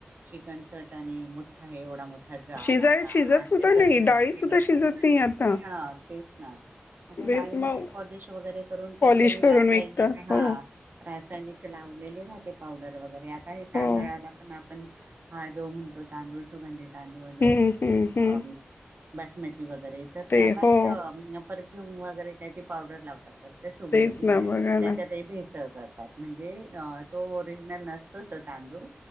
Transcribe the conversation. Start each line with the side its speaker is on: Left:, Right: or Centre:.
Right: चिकन चट आणि मोठ्ठा हे एवढा मोठा झाड
Left: शिजाय
Right: असा आत
Left: सुद्धा
Right: शिजत
Left: नाही
Right: नाहीच.
Left: डाळी सुद्धा
Right: गत
Left: शिजत
Right: नाय
Left: नाही आता
Right: हा तेच ना. आता
Left: तेच
Right: डाळींना
Left: मग
Right: ही पॉलिश वगैरे करून काहीतरी
Left: पॉलिश करून
Right: रासायनिक
Left: विकतात
Right: हा
Left: हो
Right: रासायनिक लावलेले राहते पावडर वगैरे आता हे
Left: हो
Right: तांदळाला पण आपण हा जो म्हणतो तांदूळ सुगंधी तांदूळ
Left: हम्म
Right: जो
Left: हम्म हम्म
Right: अ बासमती वगैरे तर
Left: ते
Right: त्यालाही
Left: हो
Right: अ म परफ्युम वगैरे काही ते पावडर लावतात वाट ते सुगंधी
Left: तेच ना
Right: त्याच्यातही
Left: बघा ना
Right: भेसळ कर तात म्हणजे अ तो ओरिजनल नसतो तो तांदूळ